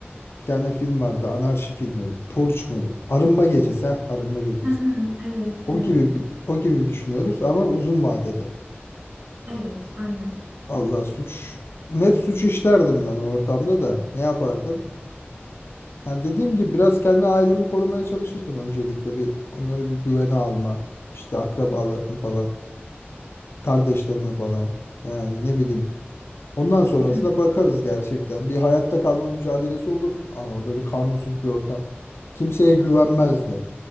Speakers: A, on the left; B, on the right.
A: Bir tane film vardı. Anarşi filmi mi? Purge mu? Arınma gecesi. ha, Arınma gecesi.
B: Aha, evet,
A: O
B: evet.
A: gibi bir, o gibi düşünüyoruz ama uzun vadede.
B: Evet, aynen.
A: Allah suç net suç işlerdim ben o ortamda da. Ne yapardım? Ya dediğim gibi biraz kendi ailemi korumaya çalışırdım öncelikle bir onları bir güvene alma. İşte akrabalarımı falan, kardeşlerimi falan. Yani ne bileyim. Ondan sonrasına
B: Evet,
A: bakarız gerçekten. Bir hayatta kalma mücadelesi olur ama böyle kanunsuz bir ortam. Kimseye güvenmezdim